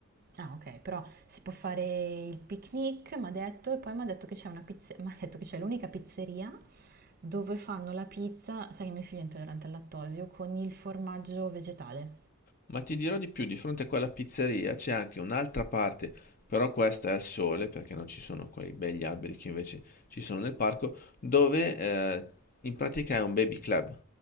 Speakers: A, on the right; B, on the left.
A: Ah, ok, però si può fare il picnic, mi ha detto, e poi mi ha detto che c'è una pizze- m'ha detto che c'è l'unica pizzeria dove fanno la pizza, sai che mio figlio è intollerante al lattosio, con il formaggio vegetale.
B: Ma ti dirò di più, di fronte a quella pizzeria c'è anche un'altra parte, però questa è al sole, perché non ci sono quei begli alberi che invece ci sono nel parco, dove eh, in pratica è un baby club.